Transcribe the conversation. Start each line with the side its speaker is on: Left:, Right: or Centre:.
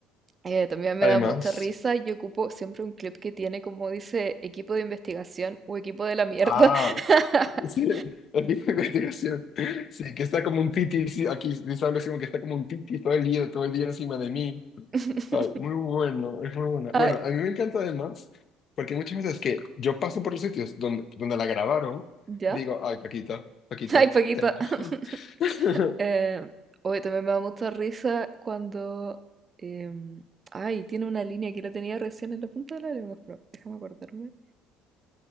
Right: eh, también me
Left: Además,
Right: da mucha risa y ocupo siempre un clip que tiene como dice equipo de investigación o equipo de la mierda.
Left: ah,
Right: <laughs>
Left: sí, aquí fue investigación. Sí, que está como un titi, sí, aquí dice algo así como que está como un titi todo el día, todo el día encima de mí.
Right: <laughs>
Left: Ay, muy bueno, es muy buena. Bueno,
Right: Ah,
Left: a mí me encanta además, porque muchas veces que yo paso por los sitios donde, donde la grabaron
Right: ¿ya?
Left: y digo, ay, Paquita, Paquita,
Right: Ay, Paquita.
Left: te amo.
Right: <laughs>
Left: <laughs>
Right: Eh, hoy también me da mucha risa cuando... em, ay, tiene una línea que la tenía recién en la punta de la lengua, pero déjame acordarme.